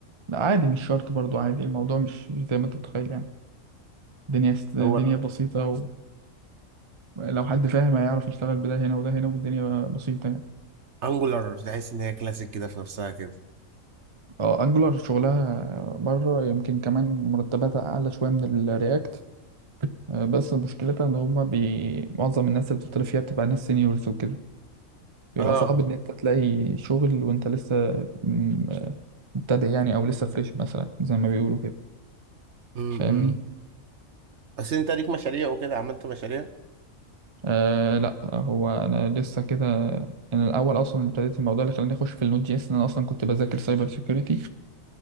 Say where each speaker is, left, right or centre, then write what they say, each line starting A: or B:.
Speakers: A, on the right; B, on the right.
A: لا عادي مش شرط برضو عادي الموضوع مش مش زي ما انت متخيل يعني الدنيا س- الدنيا
B: هو
A: بسيطة ولو حد فاهم هيعرف يشتغل بده هنا وده هنا والدنيا بسيطة يعني
B: انجولار تحس ان هي كلاسيك كده في نفسها كده
A: اه انجولار شغلها بره يمكن كمان مرتباتها اعلى شوية من الرياكت بس مشكلتها ان هما بي... معظم الناس اللي بتطلب فيها بتبقى ناس سينيورز وكده بيبقى
B: اه
A: صعب ان انت تلاقي شغل وانت لسه م- مبتدئ يعني او لسه فريش مثلا زي ما بيقولوا كده
B: امم
A: فاهمني
B: إمم. بس انت ليك مشاريع وكده عملت مشاريع
A: أه لا هو انا لسه كده انا الاول اصلا ابتديت الموضوع اللي خلاني اخش في النوت جي اس ان انا اصلا كنت بذاكر سايبر سيكيورتي